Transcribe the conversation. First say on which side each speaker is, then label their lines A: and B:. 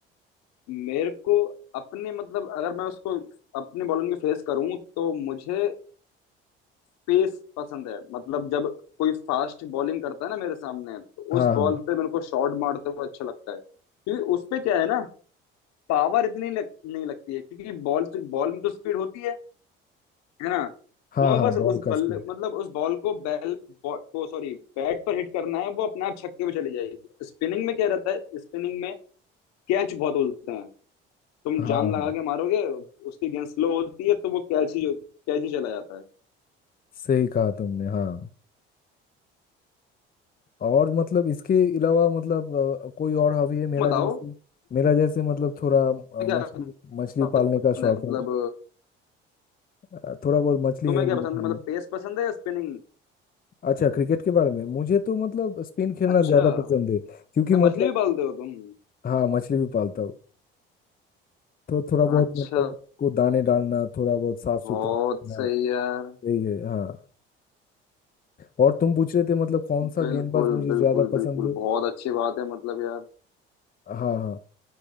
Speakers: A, on the left; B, on the left.
A: मेरे को अपने मतलब अगर मैं उसको अपने बॉलिंग को फेस करूं तो मुझे पेस पसंद है मतलब जब कोई फास्ट बॉलिंग करता है ना मेरे सामने तो
B: हाँ
A: उस बॉल
B: हाँ
A: पे मेरे को शॉट मारते हुए अच्छा लगता है क्योंकि उस पे क्या है ना पावर इतनी लग, नहीं लगती है क्योंकि बॉल तो बॉल में तो स्पीड होती है है ना
B: हाँ
A: तो मैं
B: हाँ
A: बस
B: बॉल
A: उस
B: का
A: बल्ले
B: स्पिन
A: मतलब उस बॉल को बैल बॉल को सॉरी बैट पर हिट करना है वो अपने आप छक्के पे चली जाएगी स्पिनिंग में क्या रहता है स्पिनिंग में कैच बहुत उलते हैं तुम
B: हाँ हाँ,
A: जान लगा के मारोगे उसकी गेंद स्लो होती है तो वो कैच ही कैच ही चला जाता है
B: सही कहा तुमने हाँ और मतलब इसके अलावा मतलब अ, कोई और हॉबी है मेरा
A: तुम बताओ
B: जैसे मेरा जैसे मतलब थोड़ा अ,
A: तुम्हें क्या
B: मछली मछली
A: पसंद
B: पालने का शौक
A: है मतलब
B: है अ, थोड़ा बहुत मछली
A: तुम्हें
B: है मेरे
A: क्या पसंद
B: घर
A: है मतलब
B: में।
A: पेस पसंद है या स्पिनिंग
B: अच्छा क्रिकेट के बारे में मुझे तो मतलब स्पिन खेलना
A: अच्छा
B: ज्यादा पसंद है क्योंकि
A: अच्छा मछली
B: मतलब
A: भी पालते हो तुम
B: हाँ मछली भी पालता हूँ तो थोड़ा बहुत
A: अच्छा
B: मतलब को दाने डालना थोड़ा बहुत साफ
A: बहुत
B: सुथरा रखना,
A: सही यार
B: यही है हाँ और तुम पूछ रहे थे मतलब कौन सा
A: बिल्कुल
B: गेंदबाज मुझे
A: बिल्कुल
B: ज्यादा पसंद
A: बिल्कुल
B: है
A: बहुत अच्छी बात है मतलब यार
B: हाँ हाँ